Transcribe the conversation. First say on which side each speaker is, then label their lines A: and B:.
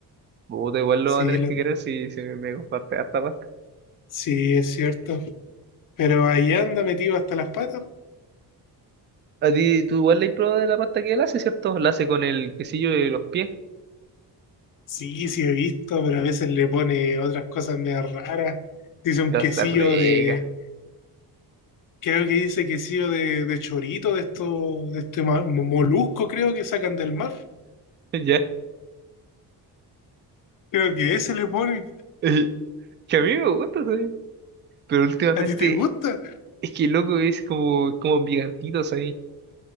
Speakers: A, on the right (about 30°); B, on the left (about 55°).
A: Puta, igual lo
B: Sí,
A: va a tener
B: la-
A: que querer si, si me comparte harta pasta.
B: sí, es cierto. Pero ahí anda metido hasta las patas.
A: A ti, tú igual le has probado de la pasta que él hace, ¿cierto? La hace con el quesillo de los pies.
B: Sí, sí he visto, pero a veces le pone otras cosas medio raras. Dice un
A: Pero
B: quesillo
A: está rica.
B: de, creo que dice quesillo de, de chorito, de esto, de este ma- molusco, creo que sacan del mar.
A: <laughs> Ya.
B: Creo que ese le pone.
A: Eh, Que a mí me gusta, ¿sabes? Pero últimamente,
B: ¿A ti te gusta?
A: es que loco es como, como picantito, ¿sabes?